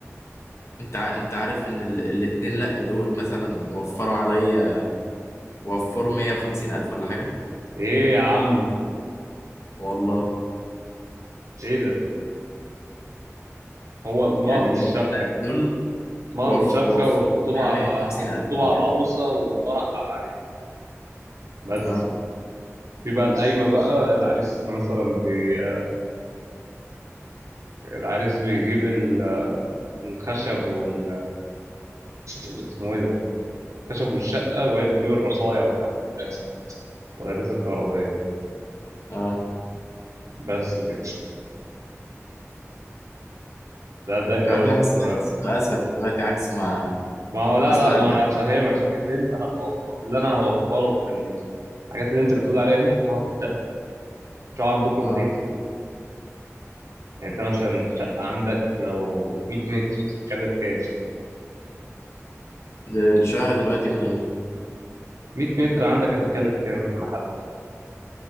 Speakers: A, on the left; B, on the right.
A: انت ع- انت عارف ان ال- الاتنين لا دول مثلا وفروا عليا وفروا مية وخمسين الف ولا حاجة
B: ايه يا عم
A: والله
B: ايه ده هو المهر
A: يعني
B: والشبكة
A: الاتنين لا دول
B: مهر
A: وف
B: وشبكة
A: وف
B: والخطوبة
A: بتاع
B: على
A: 150000
B: الع- أو الخطوبة
A: ولا
B: على العروسة
A: حاجة
B: والفرح على العريس بس
A: اه
B: في بقى القايمة بقى العريس مثلا بي... آه، العريس بيجيب ال- الخشب وال وال- اسمه ايه ده الخشب والشقة وهي بتجيب الرصايع والحاجات التانية والأجهزة الكهربائية
A: اه
B: بس كده ده ده الجواز
A: مش عارف ليه حاسس
B: في القاهرة
A: حسيته أسهل دلوقتي عكس ما
B: ما هو لا
A: أصل
B: لا
A: عندك
B: ما هو أنا هفهمك اللي أنت هتوفر اللي أنا هوفره في الحاجات اللي أنت بتقول عليها دي هدفعه في الشقة شو عندكم رخيص
A: اه
B: يعني انت مثلا شقة عندك لو 100 متر تتكلف كام
A: ده الشقة دلوقتي ملايين
B: 100 متر عندك هتتكلف كام في المحل